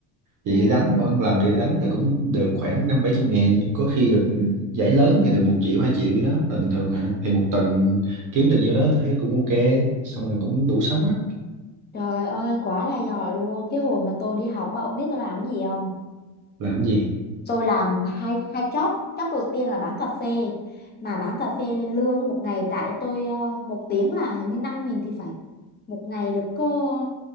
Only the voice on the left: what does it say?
Ừ,
trời ơi, quá là giỏi luôn. Cái hồi mà tôi đi học á, ông biết tôi làm cái gì không?
Tôi làm hai hai job. Job đầu tiên là bán cà phê. Mà bán cà phê lương một ngày trả cho tôi ờ, một tiếng là hình như 5.000 thì phải. Một ngày được có